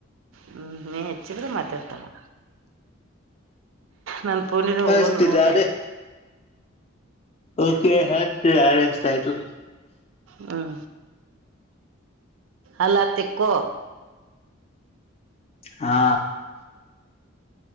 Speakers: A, on the right; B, on the left.
A: ಹ್ಞೂ ನೀನು ಹೆಚ್ಚಿದ್ರೂ ಮಾತಾಡ್ತಾನೆ ನನ್ ಪೂನರ್ ಹೋಗಲ್ಲ
B: ಹಚ್ತಿನ್
A: ನೋಡ್ಲ
B: ನಾನೇ ಓಕೆ ಹ ಯ ಎಷ್ಟ ಆಯ್ತು
A: ಹ್ಮ ಅಲ್ಲತಕ್ಕೋ
B: ಹಾ